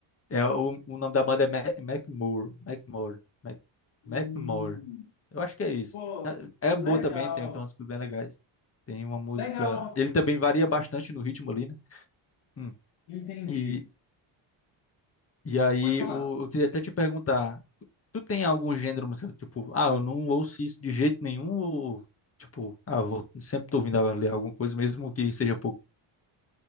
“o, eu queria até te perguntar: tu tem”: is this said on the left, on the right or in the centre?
Left